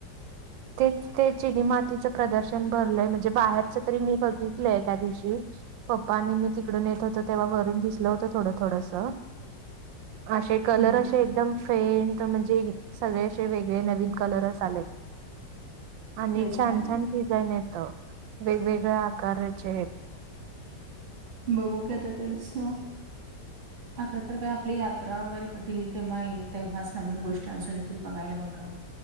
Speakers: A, on the right (about 85°); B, on the right (about 40°).
A: तेच ते चिनी मातीचं प्रदर्शन भरलंय, म्हणजे बाहेरच तरी मी बघितलंय त्या दिवशी. पप्पा आणि मी तिकडून येत होत, तेव्हा वरून दिसलं होतं थोडं थोडसं. अशे कलर
B: हम्म
A: अशे एकदम फेंन्ट म्हणजे सगळे असे वेगळे नवीन कलरच आले. आणि
B: तेच
A: छान
B: ना
A: छान डिझाईन येत वेगवेगळ्या आकाराचे हे.
B: बघू की आता तेच.
A: <inaudible>
B: आता तर काय आपली यात्रा वगैरे कधी येईल तेव्हा येईल, तेव्हाच नवीन गोष्टी अजून येतील बघायला बघाय.